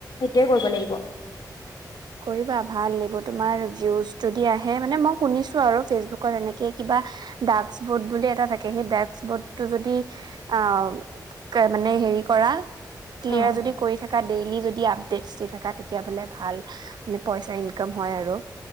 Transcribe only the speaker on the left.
সেইটোৱে কৰিব লাগিব।
অ